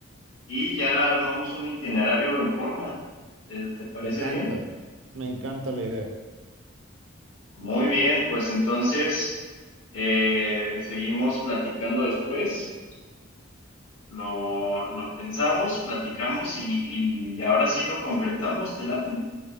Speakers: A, on the left; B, on the right.
A: y ya armamos un itinerario en forma? ¿Te, te parece
B: Me encanta,
A: bien?
B: me encanta la idea.
A: Muy bien, pues entonces eh, seguimos platicando después. Lo, lo pensamos, platicamos y, y y ahora sí lo concretamos, ¿te late?